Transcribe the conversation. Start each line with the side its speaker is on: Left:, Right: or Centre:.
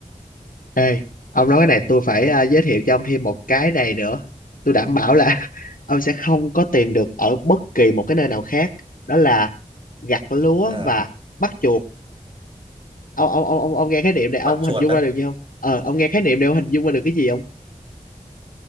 Left: Ê, ông
Right: Đấy.
Left: nói cái này tôi phải à, giới thiệu cho ông thêm một cái này nữa. Tôi đảm bảo là <laughs> ông sẽ không có tìm được ở bất kỳ một cái nơi nào khác. Đó là gặt lúa
Right: À,
Left: và bắt chuột. Ông ông ông ông, ông nghe khái niệm này
Right: bắt
Left: ông
Right: chuột
Left: hình dung
Right: á.
Left: ra được gì không? Ờ, ông nghe khái niệm này ông hình dung ra được cái gì không?